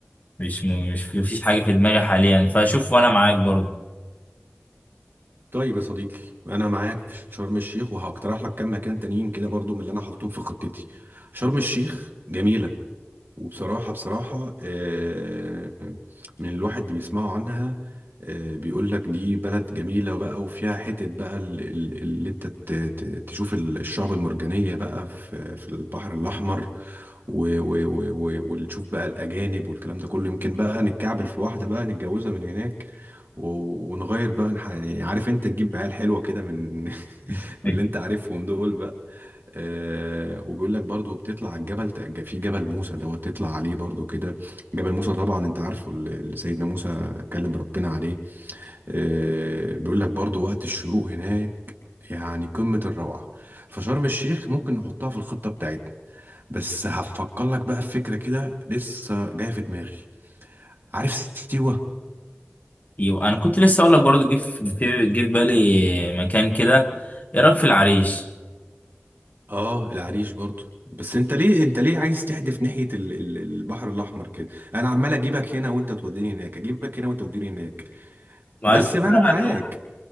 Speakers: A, on the left (about 40°); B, on the right (about 60°).
A: مش مش مفيش حاجه في دماغي حاليا فشوف وانا معاك برضو
B: طيب يا صديقي انا معاك في شرم الشيخ وهقترح لك كام مكان تانيين كده برضو من اللي انا حاططهم في خطتي شرم الشيخ جميلة وبصراحة بصراحة آه، من الواحد بيسمعوا عنها آه، بيقول لك دي بلد جميلة بقى وفيها حتة بقى ال- ال- اللي انت ت- ت- تشوف ال- الشعب المرجانية بقى في في البحر الأحمر و- و- و- و- وتشوف بقى الأجانب والكلام ده كله يمكن بقى نتكعبل في واحدة بقى نتجوزها من هناك و- ونغير بقى نح- يعني عارف انت نجيب عيال حلوة كده من <laughs> من
A: <laughs> إيه؟
B: اللي انت عارفهم دول آه وبيقول لك برضو بتطلع على الجبل ت- في جبل موسى دوت تطلع عليه برضو كده جبل موسى طبعا انت عارفه اللي اللي سيدنا موسى كلم ربنا عليه آه بيقول لك برضو وقت الشروق هناك يعني قمة الروعة فشرم الشيخ ممكن نحطها في الخطة بتاعتنا بس هفكر لك بقى في فكرة كده لسه جاية في دماغي عارف سيوة
A: ايوه انا كنت لسه اقول لك برضه جه في في- جه في بالي مكان كده ايه رايك في العريش؟
B: اه العريش برضو بس انت ليه انت ليه عايز تحدف ناحية ال- ال- البحر الاحمر كده انا عمال اجيبك هنا وانت توديني هناك اجيبك هنا وانت توديني هناك
A: مع
B: بس
A: الفكره
B: ما انا معاك
A: الواحد